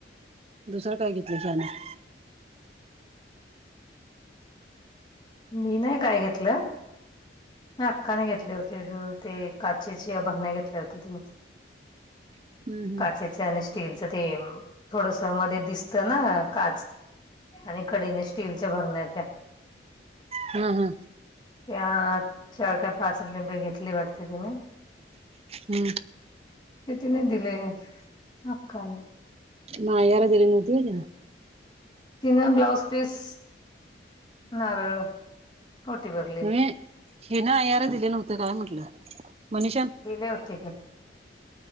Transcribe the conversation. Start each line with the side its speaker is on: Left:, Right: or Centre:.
Right: दुसरं काय घेतलं <inaudible>
Left: मी नाही काय घेतलं. अक्काणे घेतले होते ते काचेचे भरण्या घेतले होते तिने.
Right: हम्म हम्म
Left: काचेच आणि स्टीलचं ते थोडस मध्ये दिसत ना काच आणि कडीने स्टीलच्या भरण्या त्या.
Right: हम्म हम्म
Left: त्या चार की पाच डब्बे घेतली वाटते तिने.
Right: हम्म
Left: ते तिने दिले अक्काने.
Right: मायाला दिली नव्हती व्हय तिनं.
Left: तिन ब्लाऊज पीस, नारळ. कोठी बघी
Right: नही हीन आयार दिले नव्हत काय म्हंटलं मनीषानं?
Left: दिले होते की